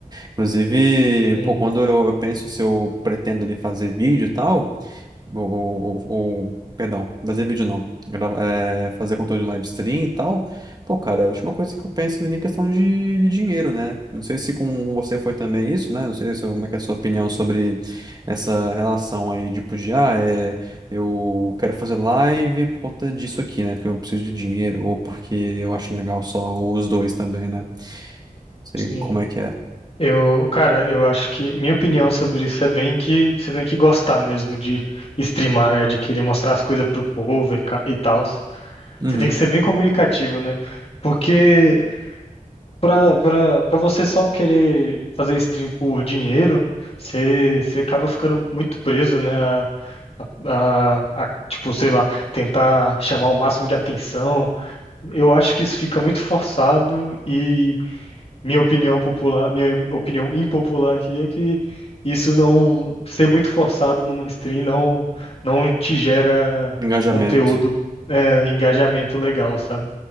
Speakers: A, on the right (about 30°); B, on the left (about 40°).
A: Inclusive,
B: sim,
A: pô, quando eu eu penso se eu pretendo ali fazer vídeo e tal. Ou, ou- ou- perdão, fazer vídeo não. Grava- é, fazer conteúdo em live stream e tal. Pô, cara, a última coisa que eu penso ali é questão de, de dinheiro, né? Não sei se com você foi também isso, né? Não sei se, como é que é a sua opinião sobre essa relação aí, tipo, de, ah, é, eu quero fazer live por conta disso aqui, né? Porque eu preciso de dinheiro, ou porque eu acho legal só, ou os dois também, né? Não sei
B: sim.
A: como é que é.
B: Eu, cara, eu acho que minha opinião sobre isso é bem que você tem que gostar mesmo de streamar, né? De querer mostrar as coisas pro povo e, ca- e tal. Você
A: Uhum.
B: tem que ser bem comunicativo, né? Porque para para você só querer fazer stream por dinheiro, você, você acaba ficando muito preso, né? A, a- a- tipo, sei lá, tentar chamar o máximo de atenção. Eu acho que isso fica muito forçado e minha opinião popular, minha opinião impopular aqui é que isso não ser muito forçado numa stream não não te gera
A: Engajamento.
B: conteúdo, é, engajamento legal, sabe?